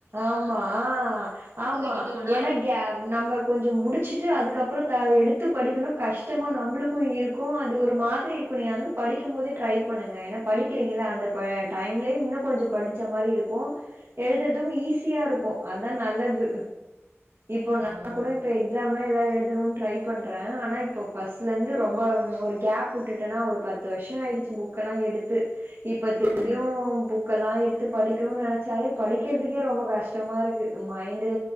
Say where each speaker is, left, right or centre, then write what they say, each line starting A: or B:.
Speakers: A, on the right; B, on the right.
A: ஆமா ஆ ஆமா
B: விட்டுட்டோனா
A: ஏன்னா கே நம்ப கொஞ்சோ முடிச்சுட்டு அதுக்கப்புற த அத எடுத்து படிக்கணு கஷ்டமா நம்புளுக்கு இருக்கு அது ஒரு மாதிரி இருக்கு நீங்க வந் படிக்கும் போதே ட்ரை பண்ணுங்க ஏனா படிக்கிறீங்க இல்ல அந்த ப டைம்லியே இன்னு கொஞ்சோ படிச்ச மாரி இருக்கு எழுதர் துக்கு ஈஸியா இருக்கு அதா நல்லது இப்போ நா
B: ம்
A: கூட இப்ப எக்ஸாம்லா எதா எழுதுணுன் ட்ரை பண்றே ஆனா இப்ப ஃபஸ்ட்லந்து ரொம்போ ஒரு கேப் உட்டுட்டனா ஒரு பத்து வர்ஷோ ஆயிடுச்சு புக்கல்லா எடுத்து இப்ப திருப்பியு
B: ம்
A: புக் கெல்லா எடுத்து படிக்குணுன் நெனச்சாவே படி க்கிறதுக்கே ரொம்ப கஷ்டமா இருக்கு மைண்டு